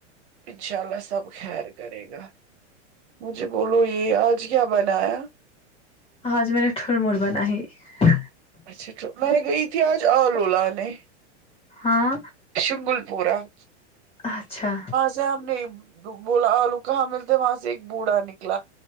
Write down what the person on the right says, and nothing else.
انشاء اللہ سب خیر کرے گا مجھے بولو یہ آج کیا بنایا
اچھا توٹ میں گئی تھی آج آلو لانے
شنگل پورہ ہے
جے ہم نے بولا آلو کہاں ملتے وہاں سے ایک بوڑھا نکلا